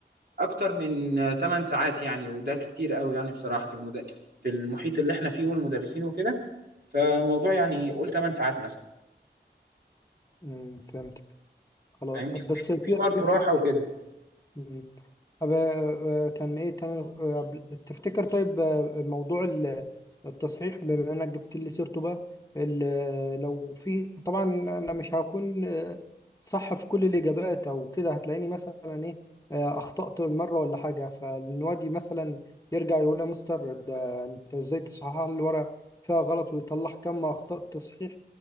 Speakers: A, on the right; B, on the left.
A: اكتر من آه، 8 ساعات يعني وده كتير قوي يعني بصراحة في المد... في المحيط اللي احنا فيه والمدرسين وكده فالموضوع يعني قول 8 ساعات مثلا
B: أمم، فهمتك خلاص
A: فاهمني
B: بس في
A: في برضه
B: في في
A: راحة وكده
B: مم. طب آه، آه، كان ايه تاني آه، قبل- تفتكر طيب آه، موضوع ال- التصحيح بما انك جبت لي سيرته بقى ال- لو في طبعا انا مش هكون آه، صح في كل الاجابات او كده هتلاقيني مثلا ايه آه، اخطأت مره ولا حاجه فالنوادي مثلا يرجع يقول يا مستر ده انت ازاي تصحح لي الورق فيها غلط ويطلع كم اخطاء تصحيح